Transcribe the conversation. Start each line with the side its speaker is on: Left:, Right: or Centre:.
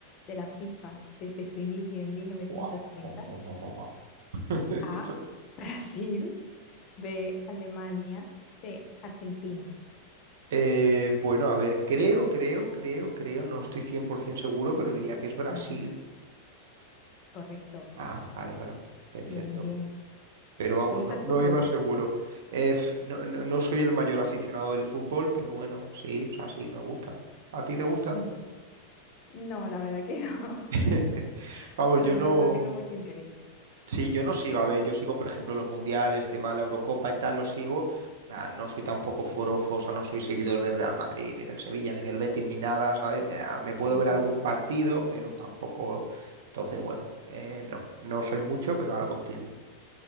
Left: de la FIFA desde su inicio en 1930?
Right: Buah, buah, buah, buah, buah, buah. <laughs>
Left: A. <laughs> Brasil. B, Alemania, C, Argentina.
Right: Eh, bueno, a ver, creo, creo, creo, creo, no estoy 100% seguro, pero diría que es Brasil.
Left: Mm, correcto.
Right: Ah, vale, vale, vale, perfecto.
Left: Bien, bien.
Right: Pero vamos,
Left: ¿Te gusta
Right: no,
Left: el fútbol?
Right: no iba seguro. Eh, f- no, no- no soy el mayor aficionado del fútbol, pero bueno, sí, o sea, sí, me gusta. ¿A ti te gusta?
Left: Mm, No, la verdad que no. <laughs>
Right: <laughs>
Left: O
Right: Vamos,
Left: sea,
Right: yo no.
Left: No, no tengo mucho interés.
Right: Sí, yo no sigo, a ver, yo sigo, por ejemplo, los mundiales, tema de la Eurocopa y tal, los sigo. Ah, no soy tampoco forofo, o sea, no soy seguidor del Real Madrid, ni del Sevilla, ni del Betis, ni nada, ¿sabes? Ah, Me puedo
Left: Sí.
Right: ver algún partido, pero tampoco. Entonces, bueno, eh, no, no soy mucho, pero algo entiendo.